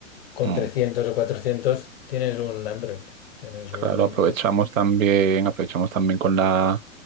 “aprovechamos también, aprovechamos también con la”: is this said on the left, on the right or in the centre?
Right